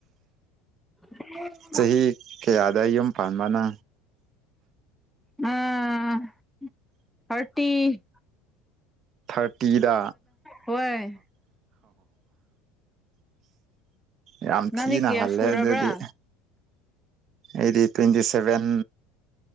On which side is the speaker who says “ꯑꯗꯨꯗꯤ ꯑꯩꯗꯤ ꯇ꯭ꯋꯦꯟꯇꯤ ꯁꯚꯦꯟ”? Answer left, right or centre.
Right